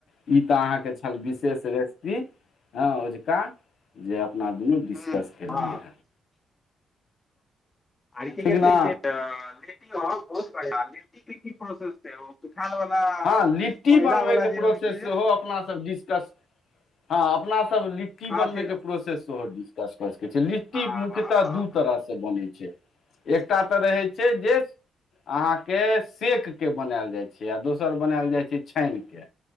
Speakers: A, on the left; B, on the left.
A: ई तऽ अहाँ के छल विशेष रे। सेपि ओझका जे। अपना दुनू डिस्कस
B: ह हँ।
A: केलियै
B: ह आ कह
A: ठीक ने
B: <unintelligible> ओ बहुत बढ़िआ, राजनीति के की प्रोसेस छै। सुखायल वाला
A: हँ, लिट्टी
B: कोयला
A: बनबैके
B: वाला जे
A: प्रोसेस
B: होइ छै
A: सेहो अपनासभ डिस्कस। हँ, अपना सब लिट्टी
B: अथी
A: बनबै के प्रोसेस सेहो डिस्कस क। कह छै, लिट्टी
B: हँ
A: मुख्यतः दू तरहसँ बनैत छै एकटा तऽ रहैत छै जे। अहाँके सेक के बनायल जाइ छै, आ दोसर बनायल जाइ छै छानिके।